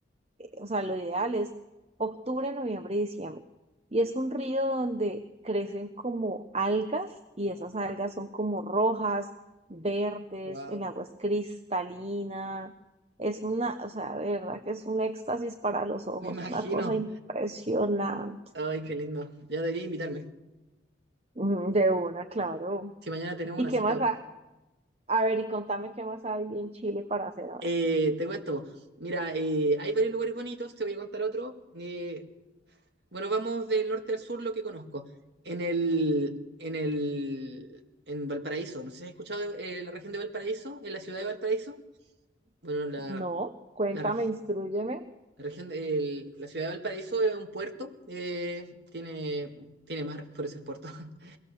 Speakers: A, on the right (about 30°); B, on the right (about 60°).
A: o sea, lo ideal es octubre, noviembre y diciembre. Y es un río donde crecen como algas y esas algas son como rojas, verdes,
B: Wow,
A: el agua es cristalina. Es una, o sea, de verdad que es un éxtasis para los ojos,
B: me imagino.
A: una cosa impresionante.
B: Ay, qué lindo. Ya debería invitarme.
A: Mm, De una, claro.
B: Si mañana tenemos
A: ¿Y
B: una
A: qué
B: cita.
A: más? Ah, A ver, y contame qué más hay en Chile para hacer ahora.
B: Eh, te cuento. Mira, eh, hay varios lugares bonitos, te voy a contar otro. Eh, Bueno, vamos del norte al sur, lo que conozco. En el, en el, en Valparaíso, no sé si has escuchado de- eh, la región de Valparaíso, en la ciudad de Valparaíso. Bueno, la,
A: No, cuéntame,
B: la, reg-
A: instrúyeme.
B: la región del- la ciudad de Valparaíso es un puerto, eh, tiene, tiene mar, por eso es puerto. <laughs>